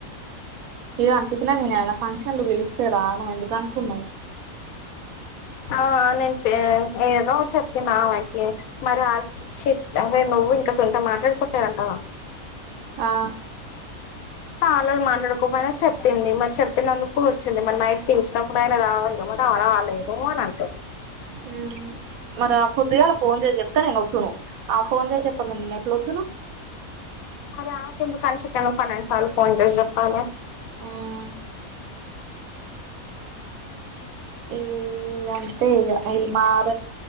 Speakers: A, on the right (about 80°); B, on the left (about 80°).
A: ఇవ అందు కినా నేను ఏమైనా ఫంక్షన్లు పిలుస్తే రాను ఎందుకు అనుకున్నావు్
B: ఆహ్ నేను ఏదో చెప్పిన ఆమెకి మరి ఆచి చెప్తా నువ్వు ఇంకా సొంత మాట్లాడుకోట్లేదంటావా
A: ఆహ్
B: ఆల్రెడీ మాట్లాడుకోపోయినా చెప్పింది మరి చెప్పినందుకు వచ్చింది మరి నైట్ పిలిచమూ ఇప్పుడు ఆయన రావాలి క మరి అవ రాలేదు అని అంటారు
A: అ ఉమ్ మరి ఆ పొద్దుగాల ఫోన్ చేసి చెప్తాను నేను వద్దును ఆ ఫోన్ చేసి చెప్పనుండి నేన్న ఎట్లా వద్దును
B: అరే ఆమెకి ఎందుకు కనిషకి ఎందుకు పని చాలు ఫోన్ చేసి చెప్పాలి
A: ఆమ్ ఏ అంతే ఇగ మార